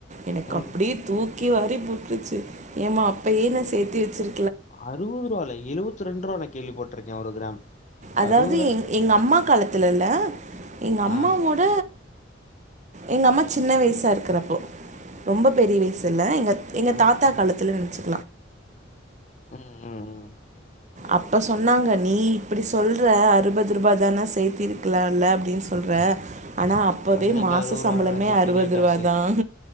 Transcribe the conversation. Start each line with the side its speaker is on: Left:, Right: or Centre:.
Right: எனக்கு அப்டியே
Left: ம்.
Right: தூக் க்கி வாரி போட்ருச்சு ஏமா அப்பயே நா சேத்தி வச்சிரு
Left: அறுபது ரூவால எழுவத்து ரெண்ரூவா நா கேள்வி பட்ருக்கே ஒரு கிராம்
Right: அதாவது
Left: ரூ.
Right: எ எங்க அம்மா காலத்துலல்ல எங்க அம்மாவோட
Left: ஆ,
Right: எங்க அம்மா சின்ன வயசா இருக்றப்போ ரொம்ப பெரிய வயசு இல்ல எங்க எங்க
Left: ம்,
Right: தாத்தா காலத்துல ச்சி
Left: ம் ம் ம்
Right: அப்ப சொன்னாங்க நீ இப்படி சொல்ற அறுபது ரூபாய தானே சேர்த்த இருக்கலாம்ல அப்படின்னு சொல்ற ஆனால் அப்போவே
Left: அன்னைக்கு
Right: மாச
Left: ரூ.
Right: சம்பளமே அறுபது
Left: பெரிய காசு.
Right: ரூப தான்